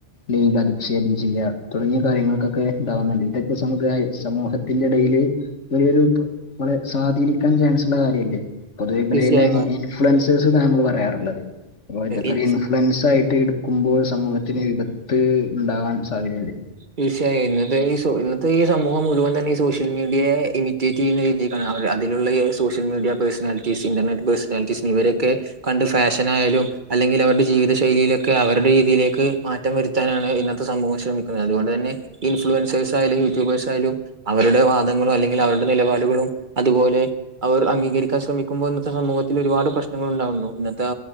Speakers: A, on the left; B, on the right.
A: ലിംഗധിക്ഷേപം ചെയ്യ, തുടങ്ങിയ്യ കാര്യങ്ങൾക്കൊക്കെ, ഇണ്ടാവുന്നുണ്ട് ഇതൊക്കെ നമുക്ക്- സമൂഹത്തിന്റെ ഇടയില്- ഒരു ഒരുള സ്വാധീനിക്കാൻ- ചാൻസ് ഉള്ള കാര്യല്ലേ? പൊതുവേ പിലയിലെ-
B: തീർച്ചയായും
A: ഇൻഫ്ലുവൻസേഴസ് നമ്മള് പറയാറുള്ളത്, അപ്പോ ഇതൊക്ക-
B: ഇൻ
A: ഫ്രണ്ട്സ് ആയിട്ട് എടുക്കുമ്പോൾ- സമൂഹത്തിന് വിപത്ത് ഉണ്ടാവാൻ സാധ്യത. ഉണ്ട്
B: തീർച്ചയായും ഇന്നത്തെ ഈ ഇന്നത്തെ ഈ സമൂഹം മുഴുവൻ- തന്നെഈ സോഷ്യൽ മീഡിയയെ ഇമിറ്റ്- ചെയ്യുന്നീതിക്കാണ് അതിലുള്ള social media personalities, internet personalities, ഇവരൊക്കെ- കണ്ട് ഫാഷന ആയാലും അല്ലെങ്കിൽ അവരുടെ ജീവിത ശൈലിയിലൊക്കെ അവരുടെ രീതിയിലേക്ക് മാറ്റ. റ്റ വരുത്താനാണ് ഇന്നത്തെ സംഭവം ശ്രമിക്കുന്നത് അുകൊണ്ട് തന്നെ ഇൻഫ്ലുവൻസേഴ്സായാലും, യൂട്യൂബേഴ്സായാലും. അവരുടെ വാദങ്ങളും, അല്ലെങ്കിൽ അവരുടെ നിലപാടുകളും, അതുപോലെ, അവർ അംഗീകരിക്കാൻ ശ്രമിക്കുമ്പോൾ ഇന്നത്തെ സമൂഹത്തിൽ ഒരുപാട് പ്രശ്നങ്ങൾ ഉണ്ടാകുന്നു. ഇന്നത്തെ-